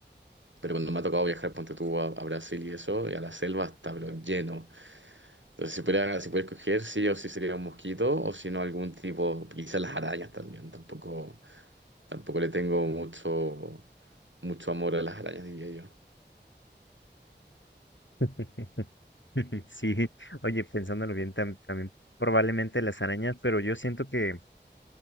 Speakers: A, on the right (about 85°); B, on the left (about 85°).
A: Pero cuando me ha tocado viajar, ponte tú a, a Brasil y eso, y a la selva está, pero lleno. Entonces, si pudiera, si pudiera escoger, sí o sí sería un mosquito, o si no, algún tipo, quizás las arañas también. Tampoco, tampoco le tengo mucho, mucho amor a las arañas, diría yo.
B: <laughs> <laughs> Sí, oye, pensándolo bien, tam- también probablemente las arañas, pero yo siento que,